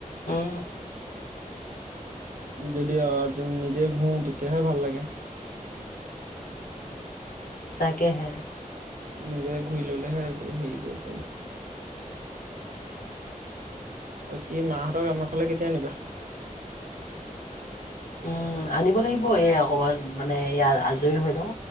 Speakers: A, on the left; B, on the right.
A: অ।
B: যদি আজ নিজে ঘূ তেতিয়াহে ভাল লাগে। <inaudible>
A: তাকে হে।
B: নিজে ঘূৰি ললে হে হেৰি কৰিব পাৰি। বাকী মাহঁতক আমাৰ ফালে কেতিয়া আনিবা
A: উম, আনিব লাগিব এই অকমান মানে ইয়াত আজৰি হৈ লওঁ